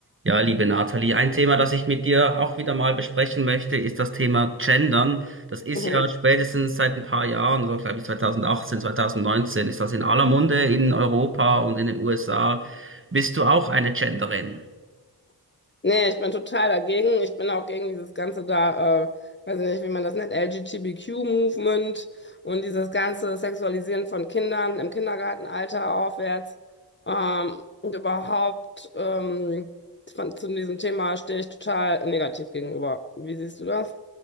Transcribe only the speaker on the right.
Ja, liebe Nathalie, ein Thema, das ich mit dir auch wieder mal besprechen möchte, ist das Thema Gendern. Das ist
ja spätestens seit ein paar Jahren, so glaube ich 2018, 2019, ist das in aller Munde in Europa und in den USA. Bist du auch eine Genderin?